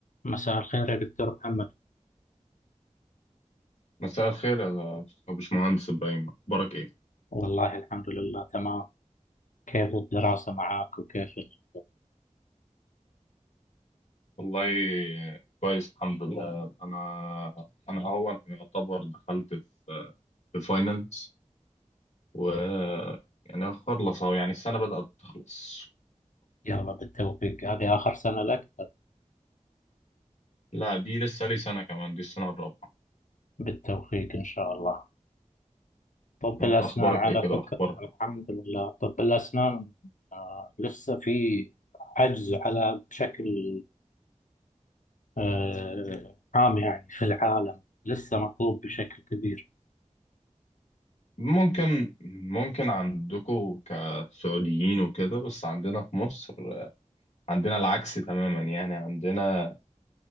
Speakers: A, on the left; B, on the left.
A: مساء الخير يا دكتور محمد
B: مساء الخير يا يا باشمهندس إبراهيم أخبارك إيه؟
A: والله الحمد لله تمام كيف الدراسة معك وكيف ال...
B: والله كويس الحمد لله أنا أنا أهو يعتبر دخلت في في فاينلز و يعني خلص أهو يعني السنة بدأت تخلص
A: يلا بالتوفيق هذه آخر سنة لك
B: لا دي لسه لي سنة كمان دي السنة الرابعة
A: بالتوفيق إن شاء الله طب
B: أنت
A: الأسنان
B: أخبارك
A: على
B: إيه كده
A: فكرة
B: أخبار
A: الحمد لله طب الأسنان آه لسه في عجز على بشكل آه عام يعني في العالم لسه مطلوب بشكل كبير
B: ممكن ممكن عندكم كسعوديين وكده بس عندنا في مصر عندنا العكس تماما يعني عندنا